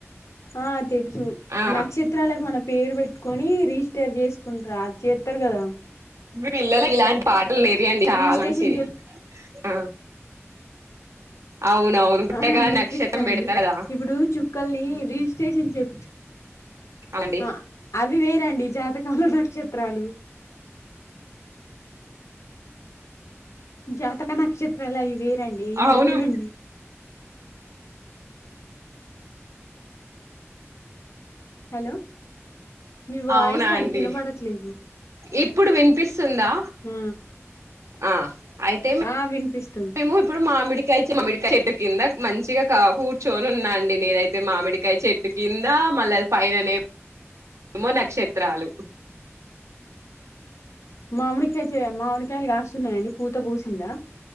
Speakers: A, on the left; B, on the right.
A: ఆ తెలుసు
B: ఆ
A: నక్షత్రాలకు మన పేరు పెట్టుకొని రిజిస్టర్ చేసుకుంటారు చెతారు కదా
B: పిల్లల ఇలాంటి పాటలు నేరయండి చాలా
A: రిజిస్ట్రేషన్
B: మంచిధి
A: చెప్
B: ఆ అవునవును పుట్టగానే
A: ఆ నేర్పిస్తానండి
B: నక్షత్రం పెడతారు కదా
A: ఇప్పుడు చుక్కల్ని ర రిజిస్ట్రేషన్ చెపిన్చు
B: అవునండి
A: ఆ అది వేరు జాతకాల నక్షత్రాలు జాతక నక్షత్రలా ఇవేరండి ఇవేరండి
B: అవును
A: హలో మీ వాయిస్
B: అవునా
A: సరిగ్గా
B: అండి
A: వినపడట్లేదు
B: ఇప్పుడు వినిపిస్తుందా
A: ఆ
B: ఆ అయితే
A: ఆ వినిపిస్త
B: మేము ఇప్పుడు మామిడికాయ మామిడికాయ చెట్టు కింద మంచిగా కూర్చొని ఉన్నా అండి నేనైతే మామిడికాయ చెట్టు కింద కింద మళ్ళీ పైననేమో నక్షత్రాలు
A: మామిడికాయ మామిడికాయలు కాస్తున్నాయండి పూత పూసిందా